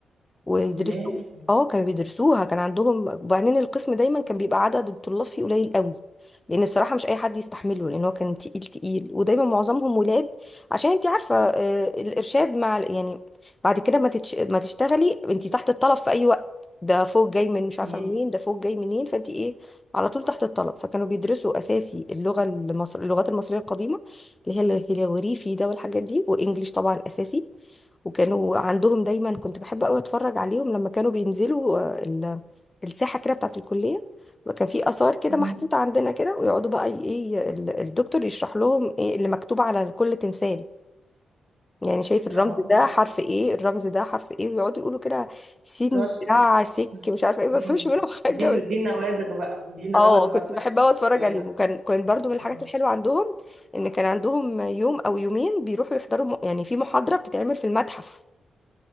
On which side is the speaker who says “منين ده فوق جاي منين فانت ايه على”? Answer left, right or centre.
Left